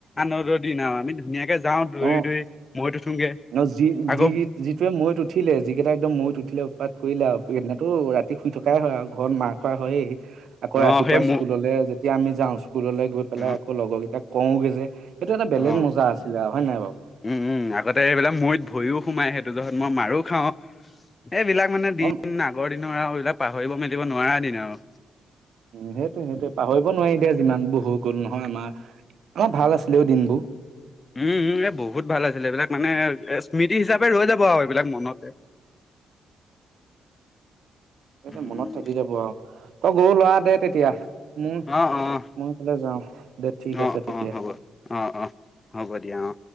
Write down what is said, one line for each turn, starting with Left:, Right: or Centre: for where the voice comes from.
Left: আনন্দৰ দিন আও আমি ধুনীয়াকে যাওঁ দৌৰি
Right: অ',
Left: দৌৰি মৈত উঠোগে
Right: ন যি
Left: আকৌ
Right: যি যিটোৱে মৈত উঠিলে যিকেইটা একদম মৈত উঠিলে উৎপাত কৰিলে আও সেইদিনাতো ৰাতি শুই থকাই হয় আৰু ঘৰত মাৰ খোৱা হয়েই আকৌ
Left: অ
Right: ৰাতিপুৱা
Left: সেই ম
Right: স্কুললে যেতিয়া আমি যাওঁ স্কুললৈ গৈ পেলাই
Left: অ
Right: আকৌ লগৰকেইটাক কওগে যে এইটো এটা বেলেগ
Left: অ
Right: মজা আছিলে আও হয় নাই বাউ
Left: উম উম আগতে এইবিলাক মৈত ভৰিও সোমাই সেইটো জহত মই মাৰো খাও এইবিলাক মানে দিন
Right: অ
Left: আগৰ দিন নোৱাৰা এইবিলাক পাহৰিব মেলিব নোৱাৰা এ দিন আউ
Right: উ সেইটোয়ে সেইটোয়ে পাহৰিব নোৱাৰি এতিয়া যিমান বোৰ হৈ গল নহয় আমাৰ আমাৰ ভাল আছিলেও দিনবোৰ
Left: উম উম এ বহুত ভাল আছিলে এইবিলাক মানে এ স্মৃতি হিচাপে ৰৈ যাব আও এইবিলাক মনতে
Right: তাকে
Left: উম,
Right: মনত
Left: উম,
Right: থাকি যাব আও অ গৰু লৰা দে তেতিয়া মোৰ
Left: অ', অ',
Right: মই এইফালে যাও দে ঠিক
Left: অ', অ', অ',
Right: আছে তেতিয়া।
Left: অ', হ'ব অ অ হ'ব দিয়া অ